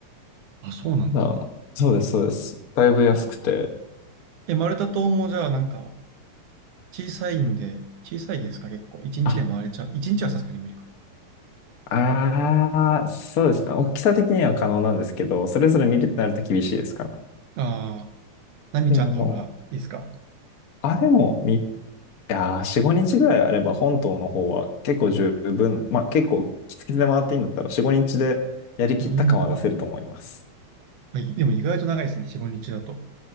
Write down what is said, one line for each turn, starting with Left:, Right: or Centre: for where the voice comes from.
Right: あ、そうなんだ。
Left: ただあのそうです、そうです。だいぶ安くて。
Right: いつえ、マルタ島もじゃあなんか小さいんで、小さいですか結構。一日で回れちゃう。
Left: あ、
Right: 一日はさすがに無理か。
Left: あー、そうですね。大きさ的には可能なんですけど、それぞれ見るってなると厳しいですから。っ
Right: ああ、何日あった方がいいですか
Left: ていうのも、あ、でも、み、いやー、4、5日ぐらいあれば本島の方は結構十分、まあ結構きつきつで回っていいんだったら4、5日でやりきった感は出せると思います。
Right: うーん。あ、いでも意外と長いですね、4、5日だと。